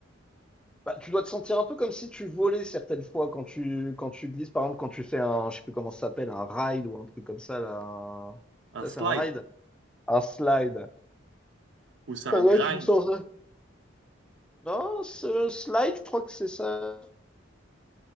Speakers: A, in the centre; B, on the right (about 65°).
A: Bah, tu dois te sentir un peu comme si tu volais certaines fois quand tu quand tu glisses, par exemple, quand tu fais un, je sais plus comment ça s'appelle, un ride ou un truc comme ça, là, un-
B: Un
A: ça
B: slide
A: c'est un ride? Un slide.
B: ou c'est un
A: Ça doit
B: grind.
A: être une sorte de- Non, ce slide, je crois que c'est ça.